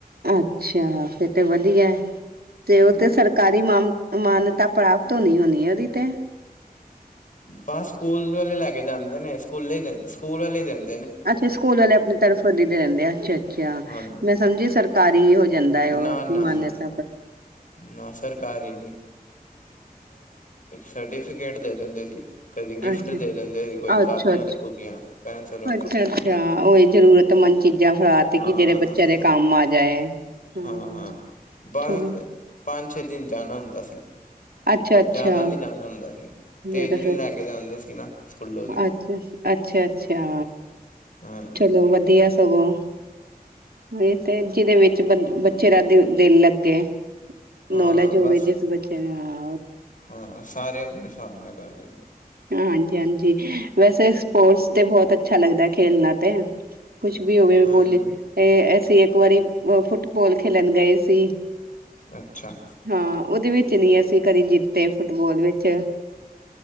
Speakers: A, on the right (about 75°); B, on the left (about 55°).
A: ਅੱਛਾ ਫੇ ਤਾਂ ਵਧੀਆ ਤੇ ਉਹ
B: ਹਾਂ,
A: ਤੇ ਸਰਕਾਰੀ ਮਾਮ ਮਾਨ ਤਾਂ ਪ੍ਰਾਪਤ ਹੋਨੀ ਹੁੰਣੀ ਉਹਦੀ ਤੇ
B: ਬਸ ਸਕੂਲ ਵਾਲੇ ਲੈ ਕੇ ਜਾਂਦੇ ਨੇ ਸਕੂਲੇ ਹੀ ਦਿਨ ਸਕੂਲ ਵਾਲੇ ਦੇਨ
A: ਅੱਛਾ ਸਕੂਲ ਵਾਲੇ ਆਪਣੀ ਤਰਫੋ ਦੀ ਦੇਨਦੇ ਅੱਛਾ ਅੱਛਾ
B: ਹਾਂਜੀ
A: ਮੈਂ ਸਮਝੀ ਸਰਕਾਰੀ ਹੋ ਜਾਂਦਾ ਹੈ ਉਹ
B: ਨਾ ਨਾ
A: ਕਿ ਮਾਨਤ
B: ਨਾ ਨਾ ਨਾ ਸਰਕਾਰੀ ਸਰਟੀਫਿ ਗੇਟ ਦੇ ਦਿੰਦੇ ਸੀ ਕਦੀ ਗਿਫਟ
A: ਅੱਛਾ -ਅੱਛਾ
B: ਦੇ ਦਿੰਦੇ ਸੀ ਕੋਈ ਕਾਪੀਆਂ
A: -ਅੱਛਾ
B: ਤੇ ਕੂਪੀਆਂ ਪੈਨਸਿਲ ਵਗੈਰਾ
A: -ਅੱਛਾ -ਅੱਛਾ ਉਹੀ ਜ਼ਰੂਰਤਮੰਦ ਚੀਜ਼ਾਂ ਫੜ ਤੇ
B: ਹਾਂ
A: ਕਿ ਜਿਹੜੇ ਬੱਚਿਆਂ
B: ਹਾਂ
A: ਦੇ ਕੰਮ ਆ ਜਾਏ ਹੂੰ
B: ਹਾਂ ਹਾਂ ਬਸ
A: ਚਲੋ
B: ਪੰਜ ਛੇ ਦਿਨ ਜਾਣਾ ਹੁੰਦਾ ਸੀ
A: ਅੱਛਾ ਅੱਛਾ
B: ਜ਼ਿਆਦਾ ਨਹੀਂ ਜਾਣਾ ਹੁੰਦਾ ਸੀ
A: ਫਿਰ
B: ਤੇਜਲੀ ਲੈ ਕੇ ਜਾਂਦੇ ਸੀ ਨਾ ਸਕੂਲੋਂ ਦੀ
A: ਅੱਛਾ -ਅੱਛਾ -ਅੱਛਾ
B: ਹਾਂ
A: ਚਲੋ ਵਧੀਆ ਸਗੋਂ ਇਹ ਤੇ ਜਿਹਦੇ ਵਿੱਚ ਬ ਬੱਚੇ ਦਾ ਦ ਦਿਲ ਲੱਗੇ
B: ਹਾਂ
A: ਨੌਲੇਜ ਹੋਵੇ
B: ਬਸ
A: ਜਿਸ ਬੱਚੇ ਨੂੰ
B: ਹਾਂ ਸਾਰੇ ਆਪਣੇ ਹਾਂ ਲਗਾ ਲੇਨਦੇ ਨੇ
A: ਹਾਂਜੀ -ਹਾਂਜੀ ਵੈਸੇ ਸਪੋਰਟਸ ਤੇ ਬਹੁਤ ਅੱਛਾ ਲੱਗਦਾ ਖੇਲਣਾ ਤੇ ਕੁਛ ਵੀ ਹੋਵੇ
B: ਹਾਂਜੀ
A: ਬੋਲੀ ਇਹ ਅਸੀਂ ਇੱਕ ਵਾਰੀ ਫੁੱਟਬਾਲ ਖੇਲਣ ਗਏ ਸੀ
B: ਅੱਛਾ
A: ਹਾਂ ਉਹਦੇ ਵਿੱਚ ਨੀ ਅਸੀਂ ਕਦੇ ਜਿੱਤੇ ਫੁੱਟਬਾਲ ਵਿੱਚ-